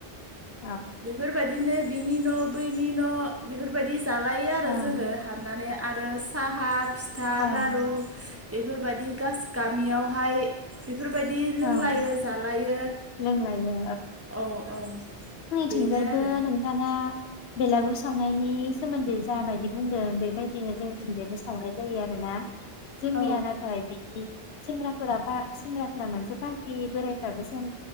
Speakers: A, on the left; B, on the right.
A: औ
B: बेफोर बायदि बिदिनो बिनि न बैनि न बेफोर बायदि बा जालायो आरो
A: ओं
B: जोङो हाबनानै आरो साहा फिथा
A: औ
B: लारु बेफोरबादि गास-गामियाव हाय बेफोर फोरबायदि लोंलायो
A: ओं
B: जालायो
A: लोंलायो
B: औ औ बेनो
A: थिंजायबो
B: आरो
A: नोंथाङा बेलागुर सावनायनि सोमोन्दै जाबायदि बुंदों बेबायदि <unintelligible> जोंथिंजायबो सावनाय जायो आरो ना जोंनिया
B: औ
A: नाथाय बिदि सेंग्राफोरा बा सेंग्रा फोरा मोनसे पारटि बोरायफ्राबो जेन